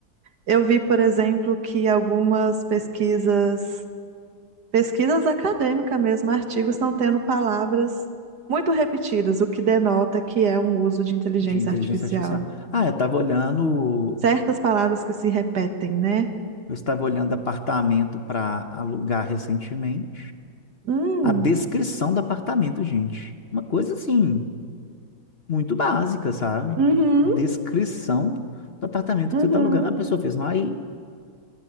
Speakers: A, on the right; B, on the left.
A: Eu vi, por exemplo, que algumas pesquisas, pesquisas acadêmicas mesmo, artigos estão tendo palavras muito repetidas, o que denota que é um uso de inteligência
B: de inteligência
A: artificial.
B: artificial. Ah, eu estava olhando,
A: Certas palavras que se repetem, né?
B: eu estava olhando apartamento para alugar recentemente.
A: Hum,
B: A descrição do apartamento, gente. Uma coisa assim. muito básica, sabe?
A: uhum,
B: Descrição do apartamento
A: uhum.
B: que você está alugando. A pessoa fez, não, aí,